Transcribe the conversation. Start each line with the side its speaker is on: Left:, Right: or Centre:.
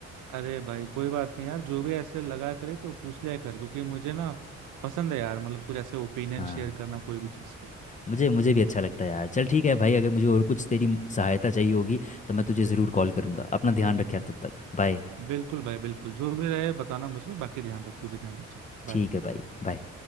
Right: अरे भाई कोई बात नहीं यार जो भी ऐसे लगा करे तो पूछ लिया कर क्योंकि मुझे ना पसंद है यार मतलब कुछ ऐसे ओपिनियन
Left: हाँ
Right: शेयर करना कोई भी चीज पे
Left: मुझे मुझे भी अच्छा लगता है यार चल ठीक है भाई अगर मुझे और कुछ तेरी सहायता चाहिए होगी तो मैं तुझे ज़रूर कॉल करूंगा अपना ध्यान रख यार तब तक बाय
Right: बिल्कुल भाई बिल्कुल जो भी रहे बताना मुझे बाकी ध्यान रख तू भी ध्यान रख चल बाय
Left: ठीक है भाई बाय